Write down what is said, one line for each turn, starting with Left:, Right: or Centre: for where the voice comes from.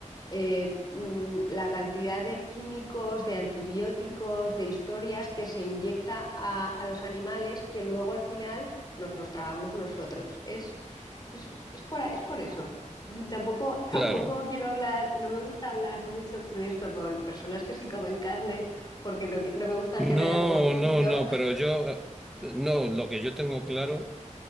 Left: eh, mm, la cantidad de químicos, de antibióticos, de historias que se inyecta a, a los animales que luego al final nos los tragamos nosotros. Es, es, es por, a- es por eso. Mm, Tampoco, <laughs> tampoco
Centre: Claro.
Left: quiero hablar, no me gusta hablar mucho de esto con personas que sí comen carne porque no, qui- no me gusta
Centre: No,
Left: generar conflicto.
Centre: no, no, pero yo, eh, no, lo que yo tengo claro